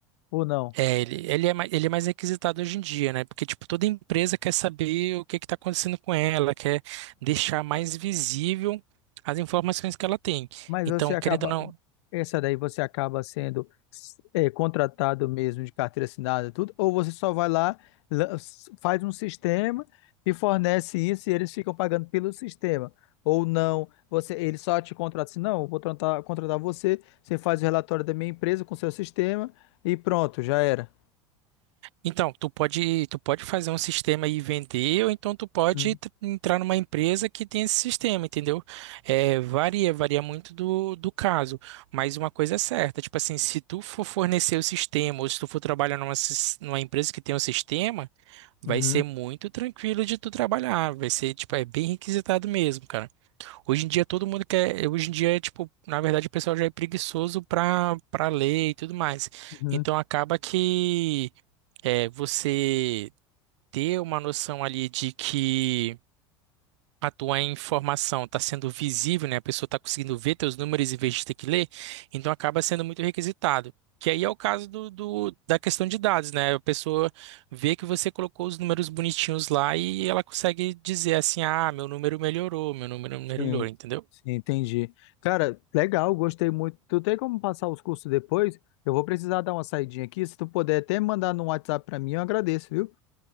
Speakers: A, on the left; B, on the right.
A: ou não?
B: É, ele, ele é mais, ele é mais requisitado hoje em dia, né? Porque, tipo, toda empresa quer saber o que que está acontecendo com ela, quer deixar mais visível as informações que ela tem.
A: Mas
B: Então,
A: você acaba,
B: querendo ou não,
A: essa daí você acaba sendo eh, contratado mesmo de carteira assinada, tudo, ou você só vai lá, lan- faz um sistema e fornece isso e eles ficam pagando pelo sistema. Ou não, você, ele só te contrata assim, não, eu vou contratar, contratar você, você faz o relatório da minha empresa com o seu sistema e pronto, já era.
B: Então, tu pode, tu pode fazer um sistema e vender, ou então tu pode
A: Uhum,
B: tr- entrar numa empresa que tem esse sistema, entendeu? É, varia, varia muito do, do caso. Mas uma coisa é certa, tipo assim, se tu for fornecer o sistema, ou se tu for trabalhar numa, sis- numa empresa que tem um sistema, vai
A: uhum,
B: ser muito tranquilo de tu trabalhar. Vai ser, tipo, é bem requisitado mesmo, cara. Hoje em dia todo mundo quer. Hoje em dia, tipo, na verdade, o pessoal já é preguiçoso pra, pra ler e tudo mais.
A: uhum.
B: Então acaba que é você ter uma noção ali de que a tua informação está sendo visível, né? A pessoa está conseguindo ver teus números em vez de ter que ler, então acaba sendo muito requisitado. Que aí é o caso do, do- da questão de dados, né? A pessoa vê que você colocou os números bonitinhos lá e ela consegue dizer assim, ah, meu número melhorou, meu número melhorou,
A: Sim,
B: entendeu?
A: sim, entendi. Cara, legal, gostei muito. Tu tem como passar os cursos depois? Eu vou precisar dar uma saidinha aqui. Se tu puder até mandar no WhatsApp pra mim, eu agradeço, viu?